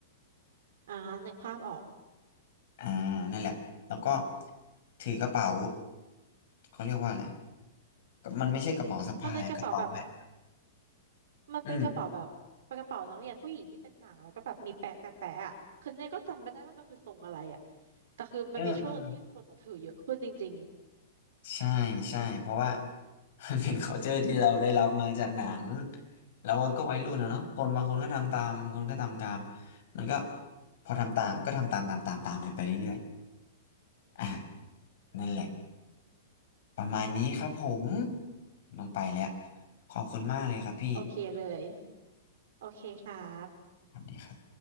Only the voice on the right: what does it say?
อ่านึกภาพออก
มันเป็นกระเป๋าแบบมันเป็นกระเป๋าแบบเป็นกระเป๋านักเรียนผู้หญิงที่เป็นหนังแล้วก็แบบมีแปะแปะแปะอะคือเนี่ยก็จำไม่ได้ว่ามันคือทรงอะไรอะ
แต่คือมันมีช่วงหนึ่งที่คนอะถือเยอะขึ้นจริง
ๆอืม
โอเคเลย โอเคครับ